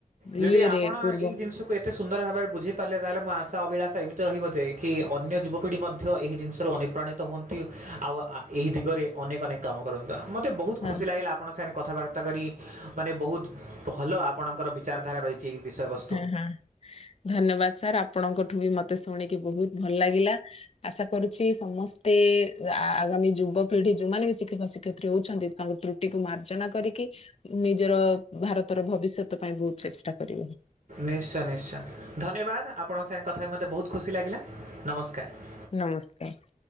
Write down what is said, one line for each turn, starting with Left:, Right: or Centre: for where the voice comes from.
Right: ଯଦି
Left: ଇଏରେ
Right: ଆପଣ
Left: ପୂର୍ବ।
Right: <unintelligible> ସୁନ୍ଦର ଭାବରେ ବୁଝି ପାରିଲ ତାହେଲେ ମୋ ଆଶା ଅଭିଳାଷ ଏମିତି ରହିବ ଯେ କି ଅନ୍ୟ ଯୁବପିଢି ମଧ୍ୟ ଏହି ଜିନିଷର ଅନେ ପ୍ରଣୀତ ହୁଅନ୍ତି ଆଉ ଆ ଏହି ଦିଗରେ ଅନେକ ଅନେକ। କାମ କରନ୍ତୁ ଆ ମତେ ବହୁତ
Left: ହଁ
Right: ଖୁସି ଲାଗିଲା ଆପଙ୍କ ସାଙ୍ଗରେ କଥାବା ତା କରି ମାନେ ବହୁତ ଭଲ ଆପଣଙ୍କର ବିଚାରଧାରା ରହି ଚ ବିଷୟ ବ
Left: ହଁ ହଁ ଧନ୍ୟବାଦ ସାର୍ ଆପଣଙ୍କଠୁ ବି ମତେ ଶୁଣିକି ବହୁତ ଭଲ ଲାଗିଲା। ଆଶା କରୁଛି ସମସ୍ତେ ଆଗାମୀ ଯୁବପିଢି ଯୋଉମାନେ ବି ଶିକ୍ଷକ ଶିକ୍ଷୟତ୍ରୀ ହଉଛନ୍ତି। ତାଙ୍କ ତ୍ରୁଟିକୁ ମାର୍ଜନା କରିକି ନିଜର ଭାରତର ଭବିଷ୍ୟତ ପାଇଁ ବହୁତ ଚେଷ୍ଟା କରିବେ।
Right: ନିଶ୍ଚୟ ନିଶ୍ଚୟ ଧନ୍ୟବାଦ ଆପଣଙ୍କ ସାଙ୍ଗେ କଥା ମୋତେ ବହୁତ ଖୁସି ଲାଗିଲା ନମସ୍କାର।
Left: ନମସ୍କାର।